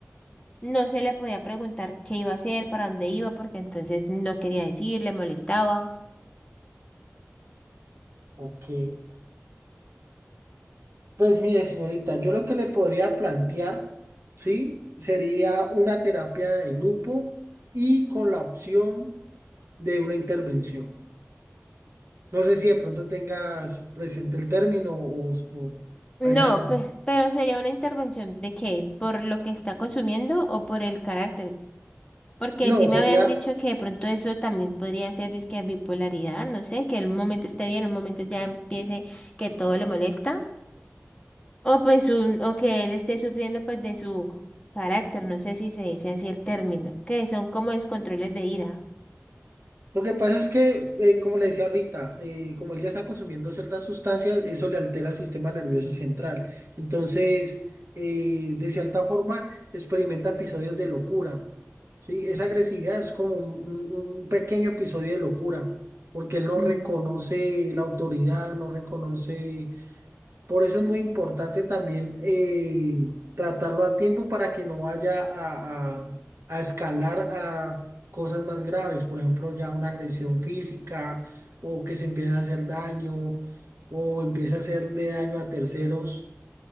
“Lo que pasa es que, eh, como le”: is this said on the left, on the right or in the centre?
Right